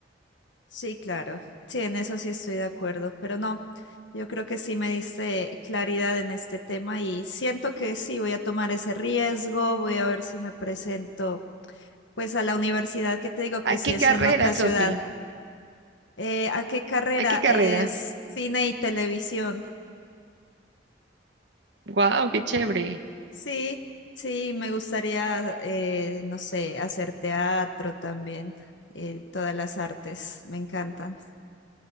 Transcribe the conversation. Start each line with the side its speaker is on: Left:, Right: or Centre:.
Left: Sí, claro. Sí, en eso sí estoy de acuerdo, pero no, yo creo que sí me diste claridad en este tema y siento que sí, voy a tomar ese riesgo, voy a ver si me presento Pues a la universidad que te digo
Right: ¡Ay,
Left: que si
Right: qué
Left: es
Right: carrera,
Left: en otra
Right: Sofi!
Left: ciudad. Eh, ¿a qué carrera?
Right: ¡Ay, qué carrera!
Left: Es cine y televisión.
Right: ¡Guau, qué chévere!
Left: Sí, sí, me gustaría, eh, no sé, hacer teatro también. eh, todas las artes me encantan.